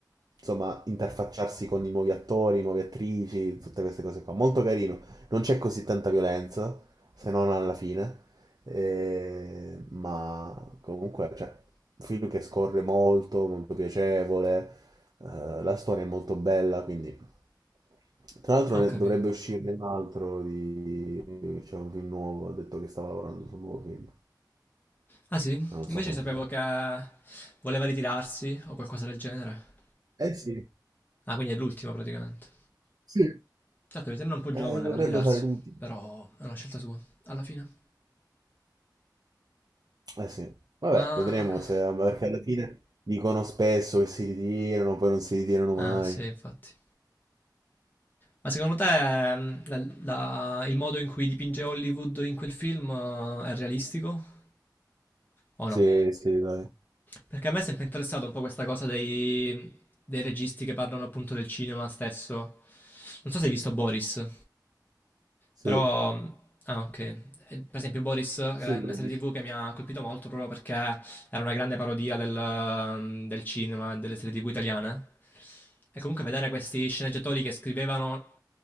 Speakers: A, on the right (about 65°); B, on the left (about 25°).
A: insomma interfacciarsi con i nuovi attori, nuove attrici, tutte queste cose qua. Molto carino, non c'è così tanta violenza, se non alla fine, eh, ma comunque cioè, un film che scorre molto, molto piacevole, eh, la storia è molto bella, quindi... Tra l'altro
B: Ho
A: ne-
B: capito.
A: dovrebbe uscirne un altro di... c'è un film nuovo, ha detto che stava lavorando su un nuovo film,
B: Ah sì?
A: ma non
B: Invece
A: so come
B: sapevo
A: si chiama.
B: che voleva ritirarsi o qualcosa del genere.
A: Eh sì,
B: Ah, quindi è l'ultimo praticamente.
A: sì,
B: Certo, mi sembra un po' giovane
A: eh, dovrebbe
B: per ritirarsi,
A: fare l'ultimo.
B: però è una scelta sua, alla fine.
A: Eh sì, vabbè,
B: Ma...
A: vedremo se, ma perché alla fine dicono spesso che si ritirano, poi non si ritirano mai.
B: Ah, sì, infatti. Ma secondo te ehm, la- la- il modo in cui dipinge Hollywood in quel film eh, è realistico o
A: Sì,
B: no?
A: sì, dai,
B: Perché a me è sempre interessato un po' questa cosa dei, dei registi che parlano appunto del cinema stesso. Non so se hai visto Boris.
A: sì.
B: Però, ah, ok. Eh, Per esempio, Boris è
A: Sì,
B: una
A: l'ho
B: serie
A: visto.
B: TV che mi ha colpito molto proprio perché era una grande parodia del, mm, del cinema e delle serie TV italiane. E comunque vedere questi sceneggiatori che scrivevano